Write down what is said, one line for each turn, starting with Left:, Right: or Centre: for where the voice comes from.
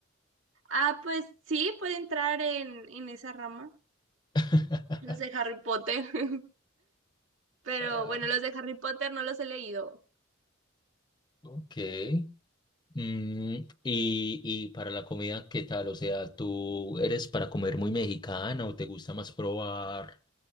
Right: Ah, pues sí, puede entrar en, en esa rama,
Left: <laughs>
Right: los de Harry Potter. <laughs> Pero
Left: Ah,
Right: bueno, los de Harry Potter no los he leído.
Left: ok. Mm, y, y para la comida, ¿qué tal? O sea, ¿tú eres para comer muy mexicana o te gusta más probar?